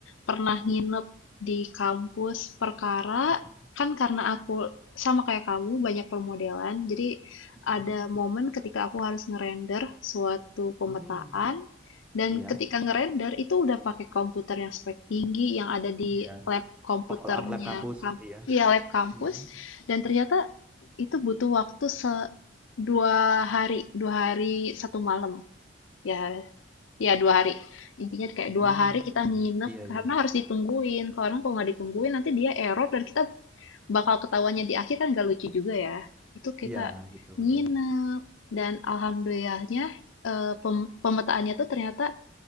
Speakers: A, on the left (about 85°); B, in the centre.
A: pernah nginep di kampus perkara,
B: Mhm.
A: kan karena aku sama kayak kamu banyak permodelan, jadi
B: Mhm.
A: ada momen ketika aku harus ngerender suatu pemetaan,
B: Hmm.
A: dan
B: iya
A: ketika ngerender itu udah pakai komputer yang spek tinggi yang ada di
B: iya
A: lab komputernya,
B: kok lab kampus
A: kamp-
B: iya
A: ya lab kampus,
B: Mhm.
A: dan ternyata itu butuh waktu se dua hari, dua hari satu malam, ya Ya, dua hari. Intinya kayak
B: Hmm.
A: dua hari kita nginep
B: Oh, Iya,
A: karena
B: iya.
A: harus ditungguin. Karena kalau nggak ditungguin nanti dia error dan kita bakal ketawanya di akhir kan nggak lucu juga ya. Itu kita
B: Iya, betul,
A: nginep
B: betul.
A: dan alhamdulillahnya eh, pem- pemetaannya tuh ternyata